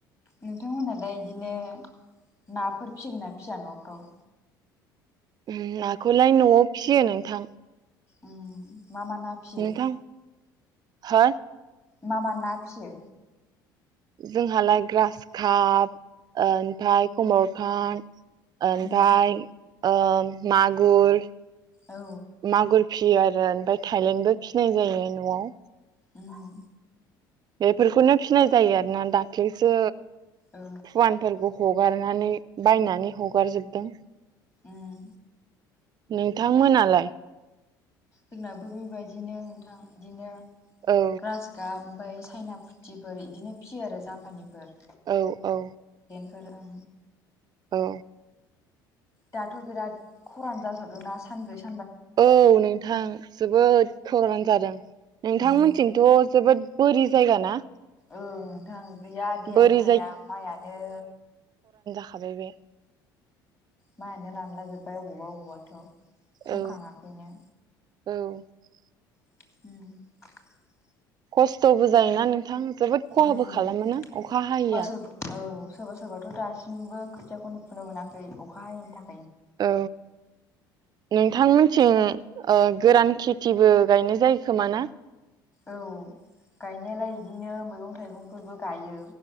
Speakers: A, on the left; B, on the right.
A: नोंथांमोनहा दा इदिनो नाफोर फिसिगोन ना फिया न'फ्राव?
B: ओम नाखौलाय न'आव फियो नोंथां
A: ओम मा मा ना फियो?
B: नोंथां हो
A: मा मा ना फियो?
B: जोंहालाय ग्रासकाप ओ ओमफ्राय कमनखार्प ओमफ्राय
A: उम
B: ओ मागुर
A: औ
B: मागुर फियो आरो ओमफाय थायलेण्डबो फिनाय जायो न'आव
A: ओम
B: बेफोरखौनो फिनाय जायो आरोना दाख्लैसो
A: ओ
B: फुवानफोरखौ हगारनानै बायनानै हगारजोबदों
A: ओम
B: नोंथांमोनालाय?
A: जोंनाबो बेबायदिनो नोंथां बिदिनो
B: औ
A: ग्रासखाब ओमफाय चाइना फुथिफोर इदिनो फियो आरो जापानिफोर
B: औ औ
A: फोर ओं
B: औ
A: दाथ' बिराद खरान जासावदोंना सानब्रैसो
B: औ नोंथां जोबोद खोरान जादों नोंथांमोननिथिंथ'
A: उम
B: जोबोद बोरि जायगा ना?
A: ओ नोंथां गैया दैयानो
B: बोरि
A: थाया माइआनो
B: थाबाय बे
A: माहो रानला जोबबाय अबावबा अबावबाथ' सोमखाङाखैनो।
B: औ औ
A: <unintelligible>
B: खस्थ'बो जायोना नोंथां जोबोद खहाबो
A: उम
B: खालामोना अखा हैया।
A: सोरबा सोरबा औ सोरबा सोरबाथ' दासिमबो खोथियाखौनो फुनो मोनाखै अखा हयैनि थाखाय
B: औ नोंथांमोनथिं गोरान खेथिबो गायनाय जायो खोमा ना?
A: औ गायनायालाय बिदिनो मैगं थाइगंफोरबो गायो